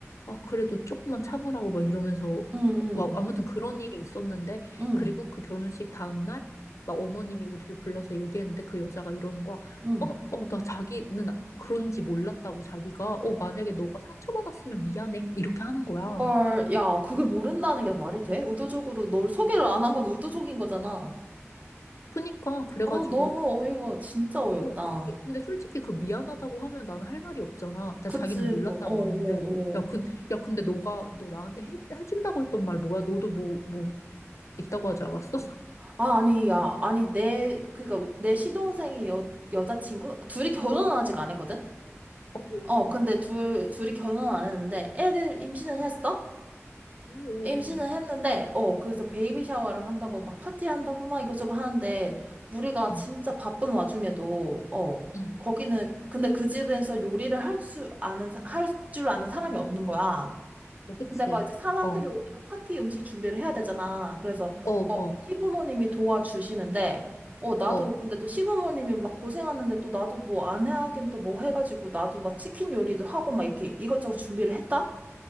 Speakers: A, on the left (about 85°); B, on the right (about 30°).
A: 아, 그래도 조금만 참으라고 막 이러면서
B: 응, 응,
A: 막 아무튼 그런 일이 있었는데,
B: 응,
A: 그리고 그 결혼식 다음날 막 어머님이 우리를 불러서 얘기했는데 그 여자가 이러는 거야.
B: 응.
A: 어, 어, 나 자기는 아- 그런지 몰랐다고 자기가. 어, 만약에 너가 상처받았으면 미안해. 이렇게 하는 거야.
B: 헐, 야, 그게 모른다는 게 말이 돼? 의도적으로 널 소개를 안 한 건 의도적인 거잖아.
A: 그니까, 그래가지고
B: 어, 너무 어이가 진짜 어이없다.
A: 어, 근데, 근데 솔직히 그 미안하다고 하면 나는 할 말이 없잖아. 나
B: 그치,
A: 자기는 몰랐다고
B: 뭐, 어, 어,
A: 하는데. 야,
B: 어.
A: 근, 야, 근데 너가, 너 나한테 해, 해준다고 했던 말 뭐야? 너도 뭐, 뭐, 있다고 하지 않았어? <laughs>
B: 아, 아니, 야, 아니, 내, 그니까, 내 시동생이 여, 여자친구? 둘이 결혼은 아직 안 했거든?
A: 어, 어,
B: 어, 근데
A: 어.
B: 둘, 둘이 결혼은 안 했는데, 애들 임신은 했어?
A: 오,
B: 임신은
A: 오,
B: 했는데, 어, 그래서 베이비 샤워를 한다고, 막 파티한다고, 막 이것저것 하는데, 우리가
A: 어,
B: 진짜 바쁜 와중에도, 어,
A: 응,
B: 거기는, 근데 그 집에서 요리를 할 수, 아는, 할 줄 아는 사람이 없는 거야.
A: 어, 그치.
B: 근데 막 이제 사람들이
A: 어,
B: 오니까 파티 음식 준비를 해야 되잖아. 그래서
A: 어,
B: 어
A: 어,
B: 시부모님이 도와주시는데 어 나도
A: 어.
B: 근데 또 시부모님이 막 고생하는데 또 나도 뭐 안 하긴 또 뭐 해가지고 나도 막 치킨 요리도
A: 음.
B: 하고 막 이렇게 이것저것 준비를 했다.